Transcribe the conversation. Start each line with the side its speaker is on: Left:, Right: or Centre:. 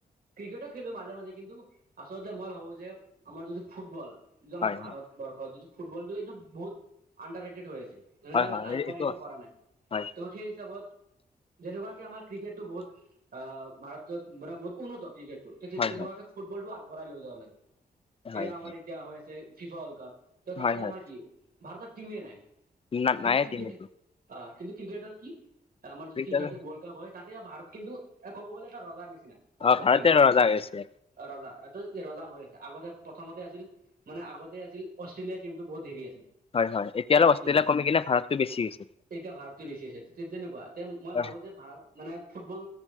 Right: ক্ৰিকেটো খেলো মাজে মাজে কিন্তু আচলতে মই ভাবো যে আমাৰ যিটো ফুটবল যিটো আমাৰ
Left: হয়
Right: ভাৰতবৰ্ষত
Left: হয়
Right: যিটো ফুটবলটো এইটো বহুত আণ্ডাৰ ৰেটেড হৈ আছে। মানে
Left: হয় হয়
Right: আগবাঢ়িব
Left: এই- এইটো আছে
Right: পৰা নাই,
Left: হয়
Right: ত' সেই হিচাপত যেনেকুৱাকে আমাৰ ক্ৰিকেটটো বহুত অ', ভাৰতত মানে বহুত উন্নত ক্ৰিকেটটো তে-তেনেকুৱাকে
Left: হয় হয়
Right: ফুটবলটো আগবঢ়াই লৈ যাব লাগে।
Left: হয়
Right: এই আমাৰ
Left: হয়
Right: এতিয়া হৈ আছে ফিফা ৱৰ্ল্ড কাপ। ত' তাতে
Left: হয় হয়
Right: আমাৰ কি ভাৰতৰ টিমে নাই
Left: না
Right: কিন্তু
Left: নায়ে
Right: ক্ৰিকেট
Left: টিম এইটো
Right: আহ কিন্তু ক্ৰিকেটত কি আমাৰ যদি
Left: ক্ৰিকেট-
Right: ক্ৰিকেটত ৱৰ্ল্ড কাপ হয় তাতে ভাৰত কিন্তু এ ক'ব গ'লে এটা ৰজাৰ নিচিনা, ভাৰতৰ
Left: অ ভাৰতে
Right: টিমটো।
Left: ৰজা হৈ আছে
Right: অ', ৰজা এইটো ৰজা হৈ আছে, আগতে প্ৰথমতে আছিল মানে আগতে আছিল অষ্ট্ৰেলিয়াৰ টিমটো বহুত হেৰি আছিল।
Left: হয় হয় এতিয়ালৈ অষ্ট্ৰেলিয়া
Right: উম,
Left: কমি কিনে ভাৰতটো বেছি হৈছে
Right: এতিয়া ভাৰতে বেছি আছে তেনেকুৱা তে মই
Left: হয়
Right: ভাবো যে ভাৰত মানে ফুটবল,